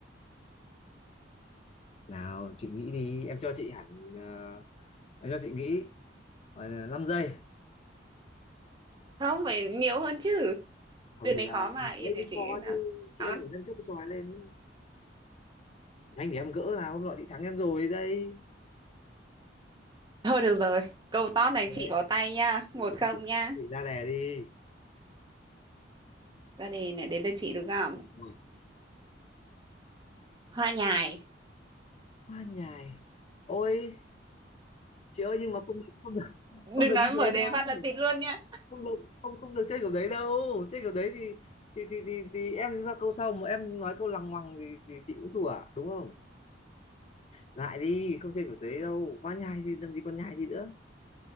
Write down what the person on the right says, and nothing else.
không phải nhiều hơn chứ
từ này
khó mà yên
để
chị
nào
tót
thôi được rồi câu tót
này chị bỏ tay nha
một không
nha
ra đây này đến lượt chị đúng không
hoa nhài
đừng
nói
mở
đề
phát là tịt luôn nhá